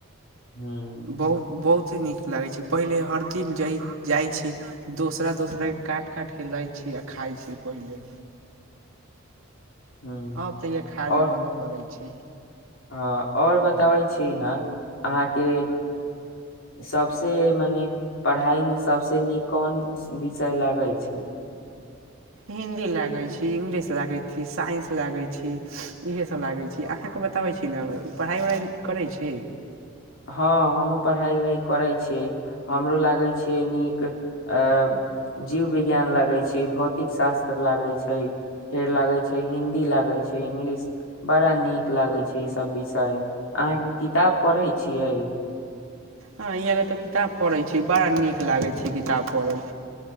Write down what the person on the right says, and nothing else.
बहुत बहुत। सभ चीज नीक लगै छै पहिले हर दिन जइ जाइ छी दोसरा दोसराके काटि काटि कऽ लै छी आ खाइ छी पहिले।
अ तऽ य खाज
बन्द कर छै। छै।
हिंदी लागै छी इंग्लिश लागै छी साइंस लागै छी इएहसभ लागै छी अहाँकेँ बताबै छी ने पढ़ाइ उढ़ाइ करै छी।
हँ इियाँके तऽ किताब पढ़ैत छी बड़ा नीक लागैत छै किताब पढ़ल।